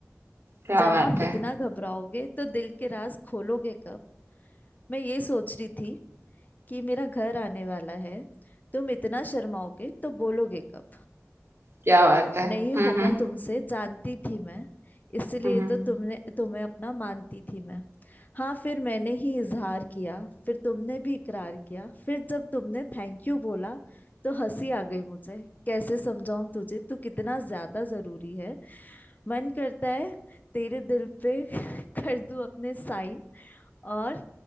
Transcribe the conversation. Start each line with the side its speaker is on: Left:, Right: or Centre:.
Right: क्या
Left: जनाब
Right: बात है
Left: इतना घबराओगे तो दिल के राज खोलोगे कब मैं ये सोच रही थी कि मेरा घर आने वाला है तुम इतना शर्माओगे तो बोलोगे कब
Right: क्या बात है हम्म,
Left: नहीं होगा तुमसे जानती थी मैं इसलिए
Right: हम्म,
Left: तो तुमने तुम्हें अपना मानती थी मैं हाँ फिर मैंने ही इजहार किया फिर तुमने भी इकरार किया फिर जब तुमने थैंक यू बोला तो हंसी आ गई मुझे कैसे समझाऊं तुझे तू कितना ज्यादा जरूरी है मन करता है तेरे दिल पे <laughs> कर दूं अपने साइन और